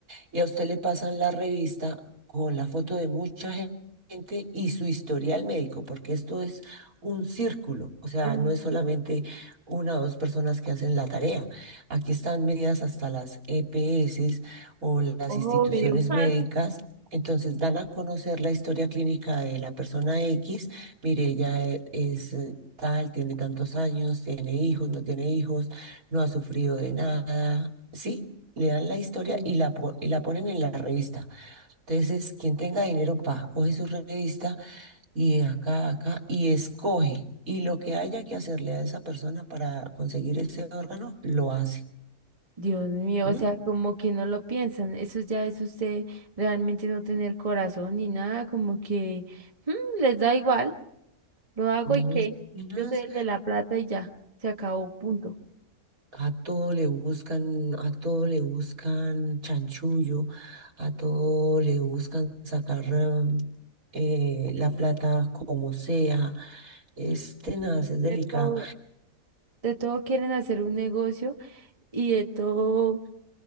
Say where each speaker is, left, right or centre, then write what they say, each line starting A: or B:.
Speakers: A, on the right; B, on the right.
A: y a usted le pasan la revista con la foto de mucha gen- gente y su historial médico, porque esto es un círculo, o sea,
B: Ajá,
A: no es solamente una o dos personas que hacen la tarea. Aquí están medidas hasta las EPS o las
B: Obvio.
A: instituciones
B: <laughs>
A: médicas.
B: ah,
A: Entonces dan a conocer la historia clínica de la persona X. Mire, ella e- es eh, tal, tiene tantos años, tiene hijos, no tiene hijos, no ha sufrido de nada. Sí, le dan la historia
B: sí.
A: y la, po- y la ponen en la revista. Entonces, quien tenga dinero, pa, coge su revista y de acá, a acá, y escoge. Y lo que haya que hacerle a esa persona para conseguir ese órgano, lo hace.
B: Dios mío,
A: ¿Mm?
B: o sea, como que no lo piensan, eso ya es usted realmente no tener corazón ni nada, como que "Mm, les da igual, lo hago
A: No
B: y qué,
A: es tenaz.
B: yo soy el de la plata y ya, se acabó, punto.
A: A todo le buscan, a todo le buscan chanchullo, a todo le buscan sacar eh, la plata como sea. Es tenaz, es delicado.
B: De todo, de todo quieren hacer un negocio y de todo